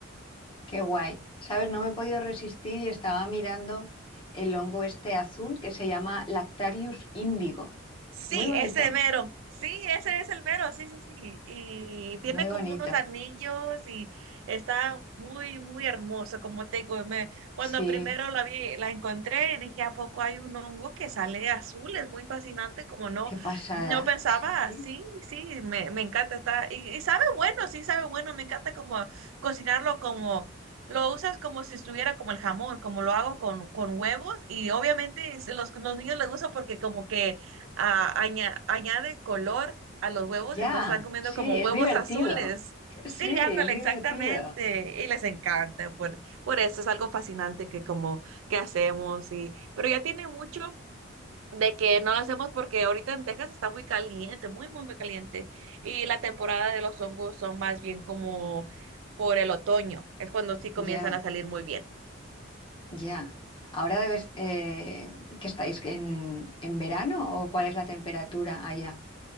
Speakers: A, on the left; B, on the right.
A: Qué guay. ¿Sabes? No me he podido resistir y estaba mirando el hongo este azul que se llama Lactarius índigo.
B: Sí,
A: Muy bonito,
B: ese mero. Sí, ese es el mero, sí, sí, sí. Y tiene
A: muy bonito.
B: como unos anillos y está muy, muy hermoso, como te digo. me- cuando
A: Sí,
B: primero la vi, la encontré, dije, ¿a poco hay un hongo que sale azul? Es muy fascinante, como no,
A: qué pasada.
B: no pensaba,
A: Sí, sí.
B: sí, sí, me, me encanta, está, y, y sabe bueno, sí, sabe bueno, me encanta como cocinarlo como... Lo usas como si estuviera como el jamón, como lo hago con, con huevos y obviamente es- los, los niños les gusta porque como que ah, aña- añade color a los huevos,
A: ya,
B: entonces están comiendo
A: sí,
B: como
A: es
B: huevos
A: divertido.
B: azules.
A: Sí,
B: Sí,
A: es
B: ándale,
A: divertido.
B: exactamente. Y les encanta. Por, por eso es algo fascinante que como que hacemos. Y, pero ya tiene mucho de que no lo hacemos porque ahorita en Texas está muy caliente, muy, muy, muy caliente. Y la temporada de los hongos son más bien como por el otoño. Es cuando sí comienzan
A: Ya,
B: a salir muy bien.
A: ya. Ahora debes, eh, que estáis en, en verano o cuál es la temperatura allá.